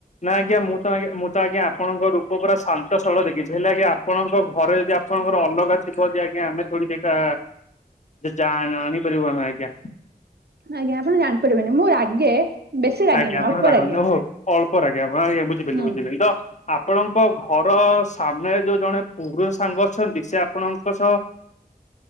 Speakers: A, on the left; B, on the right.
A: ନା ଆଜ୍ଞା, ମୁଁ ତ ମୁଁ ତ ଆଜ୍ଞା ଆପଣଙ୍କ ରୂପ ପୁରା ଶାନ୍ତସ୍ଥଳ ଦେଖିଛି। ହେଲେ ଆଜ୍ଞା, ଆପଣଙ୍କ ଘରେ ଯଦି ଆପଣଙ୍କର ର ଅଲଗା ଥିବ ଯେ, ଆଜ୍ଞା! ଆମେ ଥୋଡି ସେଇଟା ଯା ଆଣିପାରିବୁ ଆମେ, ଆଜ୍ଞା।
B: ଆଜ୍ଞା, ଆପଣ ଜାଣିପାରିବେନି ମୁଁ ରାଗେ। ବେଶୀ ରାଗେନି
A: ଆଜ୍ଞା, ଆପଣ
B: ଅଳ୍ପ
A: ରାଗନ୍ତୁ,
B: ରାଗେ
A: ହଉ ଅଳ୍ପ ରାଗ। ଆଜ୍ଞା, ବୁଝିପାରିଲି
B: ହୁଁ
A: ବୁଝିପାରିଲ ତ! ଆପଣଙ୍କ ଘର ସାମ୍ନାରେ ଯୋଉ ଜଣେ ପୁରୁ ସାଙ୍ଗ ଅଛନ୍ତି, ସେ ଆପଣଙ୍କ ସହ